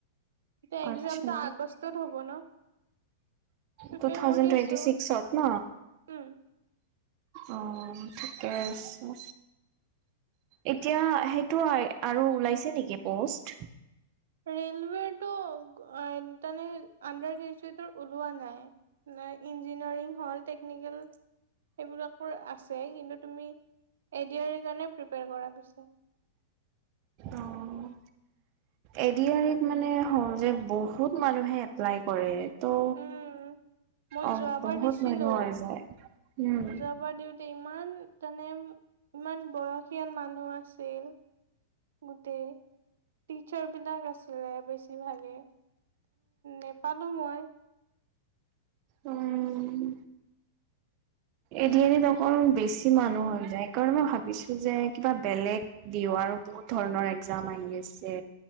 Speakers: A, on the right (about 85°); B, on the right (about 30°).
A: এতিয়া এক্জামতো
B: আচ্ছা
A: আগষ্টত হ'ব ন? প্ৰিপেয়াৰ
B: টু থাউজে
A: কৰি
B: টুৱেণ্টি
A: আছো
B: ছিক্সত ন?
A: উম
B: অ', ঠিকে আছে, এতিয়া সেইটো আৰু ওলাইছে নেকি পষ্ট?
A: ৰেলৱেটো আ, তানে আডাৰ গ্ৰেজয়টৰ ওলোৱা নাই, ইঞ্জিনিয়াৰিং হ'ল টেকনিকেল সেইবিলাকৰ আছে, কিন্তু তুমি এ ডি আৰি কাৰণে প্ৰিপয়াৰ কৰা পিছে।
B: অ', এ ডি আৰিত মানে সহজে বহুত মানুহে এপ্লাই কৰে ত'
A: উম মই
B: অ',
A: যোৱাবাৰ
B: বহুত
A: দিছিলো
B: মানুহ হৈ যায়। উম,
A: যোৱাবাৰ দিওঁতে ই ইমান তোনে ইমান বয়সীয়াল মানুহ আছিল। গোটেই টিচাৰ বিলাক আছিলে বেছিভাগে, নেপালোঁ মই
B: উম, এ ডি আৰিত‌ অকল বেছি মানুহ হৈ যায়। সেইকাৰণে মই ভাবিছোঁ যে, কিবা বেলেগ দিওঁ আৰু বহুত ধৰণৰ একজাম আহি আছে।